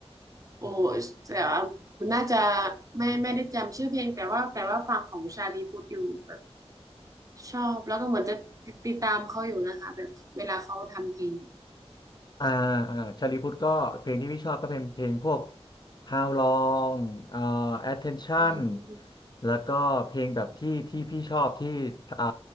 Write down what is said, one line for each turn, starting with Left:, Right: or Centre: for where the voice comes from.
Right: โอ้แต่ว่ามันน่าจะไม่ไม่ได้จำชื่อเพลงแต่ว่าแต่ว่าฟังของชาลีพูดอยู่แบบชอบแล้วก็เหมือนจะติดติดตามเขาอยู่นะคะแบบเวลาเขาทำเพลง
Left: อ่าอ่าชาลีพุทธก็เพลงที่พี่ชอบก็เป็นเพลงพวก How Long เอ่อ Attention
Right: อืม
Left: แล้วก็เพลงแบบที่ที่พี่ชอบที่อ่า